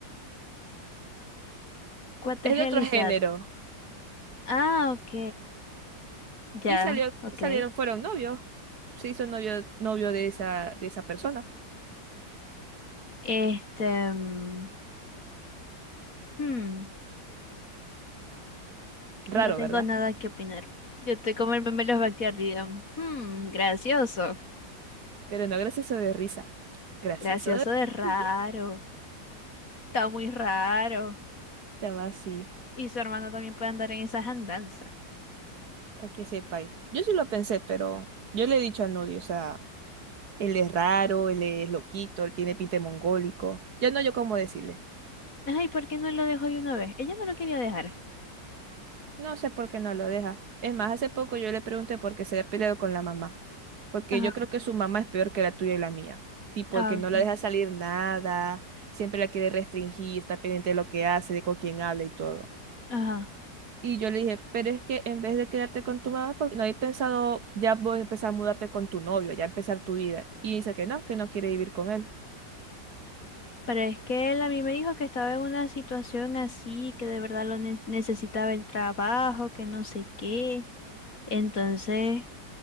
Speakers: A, on the left (about 45°); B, on the right (about 60°).
A: What the
B: Es
A: hell
B: de otro
A: is
B: género.
A: that? Ah, ok. Ya,
B: Y salió,
A: ok.
B: y salieron, fueron novios. Se hizo novio, novio de esa, de esa persona.
A: Este, mm, hmm,
B: Raro,
A: no tengo
B: ¿verdad?
A: nada que opinar. Yo estoy como el meme de los Backyard, digan, hmm, gracioso.
B: Pero no, gracioso de risa. Gracioso
A: Gracioso
B: de...
A: de raro.
B: <laughs>
A: Está muy raro.
B: Te va así,
A: Y su hermano también puede andar en esas andanzas.
B: para que sepáis. Yo sí lo pensé, pero yo le he dicho a Nudi, o sea, él es raro, él es loquito, él tiene pinta de mongólico. Ya no yo cómo decirle.
A: Ay, ¿por qué no lo dejó de una vez? Ella no lo quería dejar.
B: No sé por qué no lo deja. Es más, hace poco yo le pregunté por qué se había peleado con la mamá. Porque
A: Ajá.
B: yo creo que su mamá es peor que la tuya y la mía. Tipo,
A: Ah,
B: el que no
A: ok.
B: la deja salir nada, siempre la quiere restringir, está pendiente de lo que hace, de con quién habla y todo.
A: Ajá.
B: Y yo le dije, pero es que en vez de quedarte con tu mamá, porque no habéis pensado ya vos empezar a mudarte con tu novio, ya empezar tu vida. Y dice que no, que no quiere vivir con él.
A: Pero es que él a mí me dijo que estaba en una situación así, que de verdad lo ne- necesitaba el trabajo, que no sé qué. Entonces,